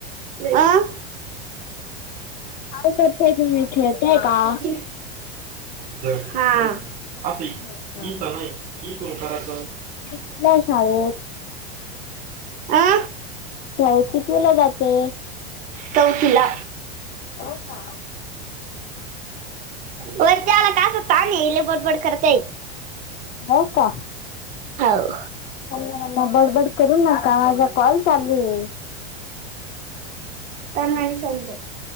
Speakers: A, on the right (about 25°); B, on the left (about 30°).
A: अं
B: काल करताय तुम्ी,, खेळतेय का
A: हा <unintelligible>
B: हा. कुठल्या शाळेत
A: आ?
B: शाळेत कितवीला जाते.
A: चौथी ला
B: हो, का.
A: वर त्याला कास पाणी लय बडबड करत्याय.
B: हो, का.
A: हाव.
B: <unintelligible> बडबड करू नका माझा कॉल चालू हे.
A: त्यांना नाही समजत.